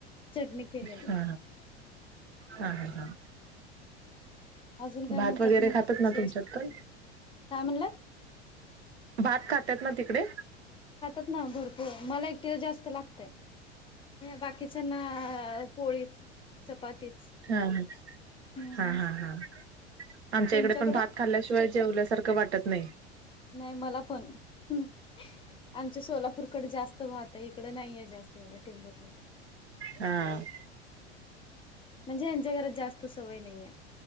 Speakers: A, on the left; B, on the right.
A: चटणी केलेली.
B: हा हा. हा. हा.
A: अजून काय
B: भात
A: म्हणतात
B: वगैरे
A: मग
B: खातात
A: विशेष
B: ना तुमच्यात पण?
A: काय म्हणलात
B: भात खातात ना तिकडे?
A: खातात ना भरपूर. मला एकटीला जास्त लागतय. बाकीच्याना पोळीच. चपातीच.
B: हा. हा.
A: हम्म
B: हा. हा. हा. आमच्या
A: तुमच्याकडं
B: इकडे पण भात खाल्ल्याशिवाय- जेवल्यासारखं वाटत नाही.
A: नाही मला पण. आमच्या सोलापूरकडे जास्त भात आहे इकडं नाहीये जास्त. तेवढ टेंबत <unintelligible>
B: हा.
A: हां. म्हणजे यांच्या घरात जास्त सवय नाहीए.